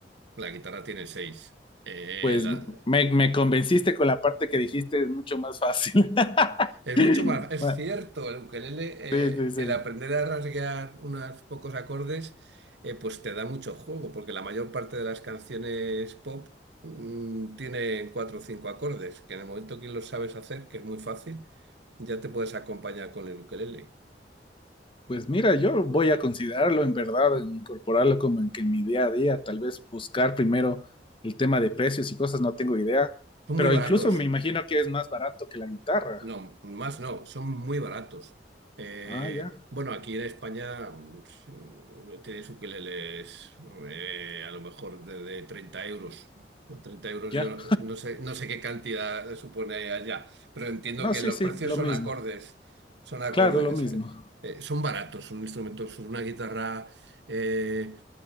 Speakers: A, on the right; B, on the left.
A: La guitarra tiene seis. Eh,
B: Pues
A: la-
B: me, me convenciste con la parte que dijiste, es mucho más fácil. <laughs>
A: Es mucho más, es
B: Bueno,
A: cierto, el ukelele, eh,
B: sí, sí, sí.
A: el aprender a rasguear unos pocos acordes, eh, pues te da mucho juego, porque la mayor parte de las canciones pop mm, tienen cuatro o cinco acordes, que en el momento que los sabes hacer, que es muy fácil, ya te puedes acompañar con el ukelele.
B: Pues mira, yo voy a considerarlo en verdad, en incorporarlo como en que en mi día a día, tal vez buscar primero el tema de precios y cosas, no tengo idea,
A: Son
B: pero
A: muy baratos.
B: incluso me imagino que es más barato que la guitarra.
A: No, más no, son muy baratos. Eh,
B: Ah, ya,
A: bueno, aquí en España mm, pf, mm, tienes ukeleles eh, a lo mejor de, de 30 euros. O treinta euros,
B: ya.
A: yo no no sé, no sé qué cantidad supone allá, pero entiendo
B: No,
A: que
B: sí,
A: los
B: sí,
A: precios
B: lo
A: son
B: mismo.
A: acordes, son acordes,
B: Claro, lo mismo.
A: eh, eh, son baratos, son instrumentos, una guitarra eh,